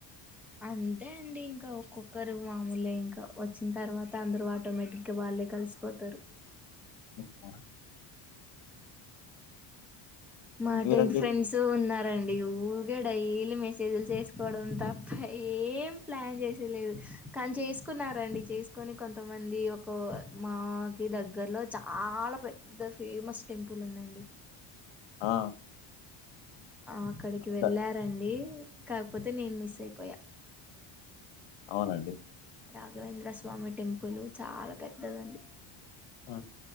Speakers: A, in the centre; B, on the left.
A: అంతే అండి ఇంకా ఒక్కో కరు మామూలే ఇంకా వచ్చిన తర్వాత అందరూ ఆటోమేటిక్గా వాళ్ళే కలిసిపోతారు
B: మ్ అ
A: మా
B: మీరండి?
A: టెన్త్ ఫ్రెండ్స్ చూ ఉన్నారండి ఊగే డైలీ మెసేజ్లు చేసుకోవడం తప్ప ఏం ప్లాన్ చేసేలేదు కాన్ చేస్కున్నారండి చేస్ కని కొంతమంది ఒక మాకి దగ్గరలో చాలా పె ద్ద ఫేమస్ టెంపుల్ ఉందండి
B: ఆ
A: అక్కడికి వెళ్ళారండి
B: ద
A: కాకపోతే నేను మిస్ అయిపోయా
B: అవునండి.
A: రాఘవేంద్ర స్వామి టెంపుల్ చాలా పెద్దదండి
B: ఆ